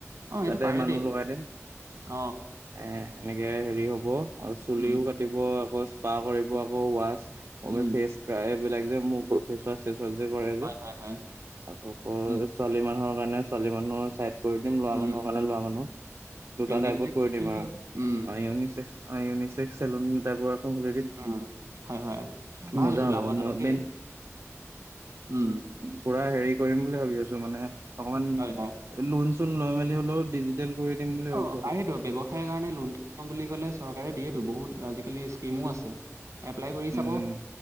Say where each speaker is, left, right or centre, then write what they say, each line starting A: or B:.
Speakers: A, on the right; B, on the right.
A: অ এইটো
B: তাতে
A: পাৰে
B: মানুহ
A: দেই
B: লগাই দিম।
A: অ
B: এ এনেকে হেৰি হ'ব আৰু চুলিও
A: উম
B: কাটিব আকৌ স্পা কৰিব আকৌ ৱাচ <unintelligible>
A: উম
B: ফেচ <unintelligible> বিলাক যে মুখ ফেচ ৱাছ চেচ ৱাছ যে কৰে
A: হয়
B: যে
A: হয় হয়
B: তাত আকৌ
A: উম
B: ছোৱালী মানুহৰ কাৰণে ছোৱালী মানুহৰ চাইড কৰি দিম ল'ৰা
A: উম
B: মানুহৰ কাৰণে ল'ৰা মানুহ দুটা
A: ইউনিচেফ
B: টাইপত কৰি দিম
A: বুলিলে
B: আৰু
A: হ'ল উম
B: আনি ইউনিছেক্স অ', ইউনিছেক্স চেলুন <unintelligible> খুলি দিম
A: উম, হয়, হয়, ভাল
B: মজা
A: এইটো
B: হ'ব
A: লাভজনক
B: মই
A: দেই
B: মেইন
A: উম,
B: পুৰা হেৰি কৰিম বুলি ভাবি আছোঁ মানে অকমান
A: হয় হয়
B: লোন চোন লৈ মেলি হ'লেও ডিজিটেল কৰি দিম বুলি
A: অ',
B: ভাবিছো
A: পাৰেতো
B: অলপ
A: ব্যৱসায়ৰ কাৰণে লোন বুলি ক'লে চৰকাৰে দিয়েতো বহুত আজিকালি স্কিমো আছে। এপ্লাই কৰি
B: উম,
A: চাব